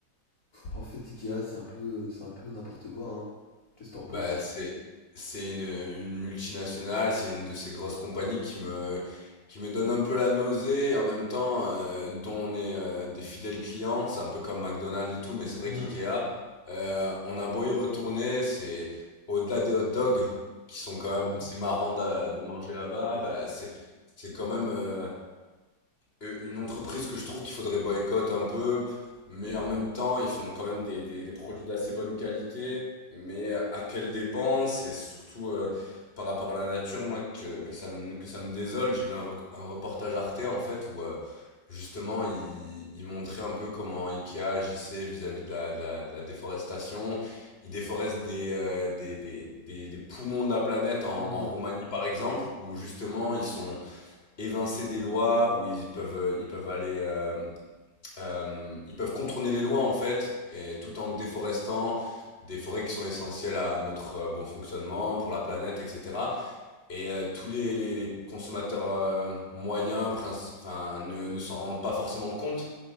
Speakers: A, on the left (about 50°); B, on the left (about 30°).
A: en fait, Ikea, c'est un peu, c'est un peu n'importe quoi, hein. Qu'est-ce que t'en penses?
B: Bah, c'est c'est une, une multinationale, c'est une de ces grosses compagnies qui me qui me donne un peu la nausée et en même temps euh, dont on est euh, des fidèles clients. C'est un peu comme McDonald's et tout, mais c'est vrai
A: Mhm,
B: qu'IKEA, euh, on a beau y retourner, c'est au-delà des hot dogs qui sont quand même assez marrants d'a- de, manger là-bas. Bah, c'est c'est quand même euh, euh, une entreprise que je trouve qu'il faudrait boycotter un peu, mais en même temps, ils font quand même des, des, des produits d'assez bonne qualité, mais à quelle dépense et surtout euh, par rapport à la nature, moi, que, que, ça, me, que ça me désole. J'ai vu un, rec- un reportage Arte, en fait, où euh, justement, il, il montrait un peu comment Ikea agissait vis-à-vis de la, de la, de la déforestation. Il déforeste des, euh, des, des, des, des poumons de la planète en,
A: mhm,
B: en Roumanie, par exemple, où justement, ils sont évincer des lois où ils peuvent ils peuvent aller euh, euh, ils peuvent contourner les lois en fait et tout en déforestant des forêts qui sont essentielles à notre euh, bon fonctionnement pour la planète etc et euh, tous les, les, les consommateurs euh, moyens enfin ne, ne s'en rendent pas forcément compte